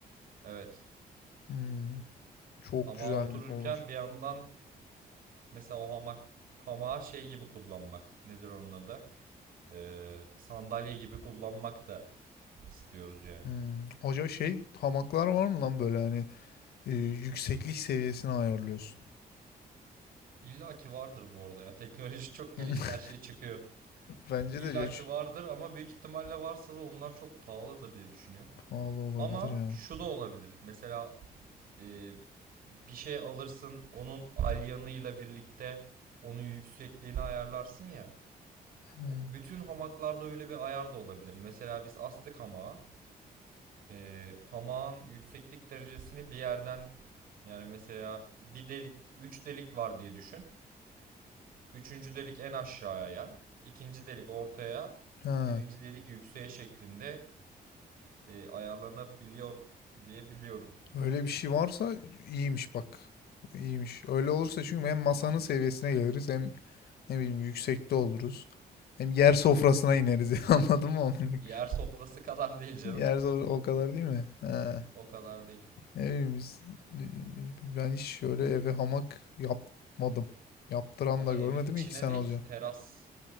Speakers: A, on the right (about 65°); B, on the left (about 80°).
A: evet
B: Hmm. Çok
A: hamağa
B: güzel
A: otururken
B: olur.
A: bir yandan mesela o hamak hamağı şey gibi kullanmak nedir onun adı Ee, sandalye gibi kullanmak da istiyoruz yani.
B: Hmm. Acaba şey hamaklar var mı lan böyle hani e, yükseklik seviyesini ayarlıyorsun.
A: İlla ki vardır bu arada ya teknoloji <laughs> çok gelişti
B: <laughs>
A: her şey çıkıyor.
B: Bence
A: İlla
B: de ya, ç-
A: ki vardır ama büyük ihtimalle varsa da onlar çok pahalıdır diye düşünüyorum.
B: pahalı olabilir
A: Ama
B: ya.
A: şu da olabilir. Mesela e, bir şey alırsın onun alyanıyla birlikte onun yüksekliğini ayarlarsın ya.
B: Hmm.
A: Bütün hamaklarda öyle bir ayar da olabilir. Mesela biz astık hamağa. E, hamağın yükseklik derecesini bir yerden yani mesela bir delik, üç delik var diye düşün. Üçüncü delik en aşağıya, ikinci delik ortaya,
B: Ha.
A: birinci delik yükseğe şeklinde e, ayarlanabiliyor diye biliyorum.
B: Öyle bir şey varsa iyiymiş bak. İyiymiş. Öyle olursa çünkü hem masanın seviyesine geliriz hem ne bileyim yüksekte oluruz. Hem yer sofrasına ineriz <laughs> anladın mı? <laughs> amına?
A: Yer sofrası kadar değil canım.
B: Yer sofrası o kadar değil mi? Ha.
A: O kadar değil.
B: Ne bileyim biz, ben hiç şöyle eve hamak yapmadım. Yaptıran
A: Ama
B: da görmedim
A: evin içine
B: iki sene
A: değil
B: olacak.
A: ki teras.